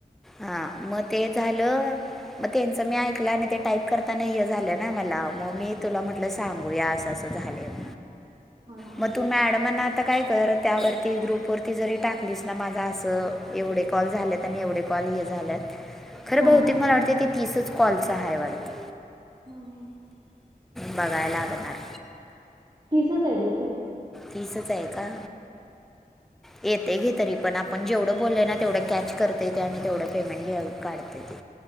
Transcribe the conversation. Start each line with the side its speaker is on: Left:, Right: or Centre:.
Centre: हा मग ते झालं मग त्यांच मी ऐकलं आणि टाईप करताना हे झालं ना मला मग मी तुला म्हटलं सांगूया अस असं झालय म्हणून
Right: हा हा
Centre: मग तू मॅडमना आता काय कर त्यावरती ग्रुपवरती जरी टाकलीस ना माझा असं एवढे कॉल झाले आणि एवढे कॉल हे झाल्यात खर बहुतेक
Right: हा
Centre: मला वाटत तीसच कॉल हाय वाटत
Right: होम
Centre: बघायला लागणार
Right: तिसच आहेत ग ते
Centre: तीसच आहे का येते ग तरी पण आपण जेवढं बोललंय ना तेवढं कॅच करता येते आणि तेवढं पेमेंट घेऊ काढतय ते